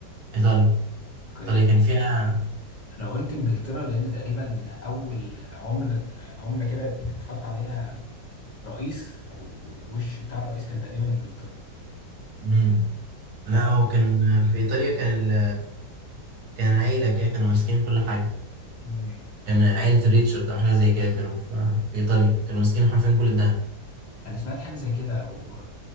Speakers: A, on the right (about 65°); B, on the left (about 45°).
A: إيطاليا
B: اوكي
A: إيطاليا كان فيها
B: انا قلت انجلترا لان تقريبا اول عملة عملة كده اتحط عليها رئيس او وش بتاع الرئيس كان تقريبا انجلترا
A: مم.
B: ف
A: لا هو كان في إيطاليا كان ال... كان عيلة كده كانوا ماسكين كل حاجة
B: مم.
A: كان عيلة ريتشارد أو حاجة زي كده كانوا في... في إيطاليا كانوا ماسكين حرفيا كل الدهب
B: انا سمعت حاجة زي كده او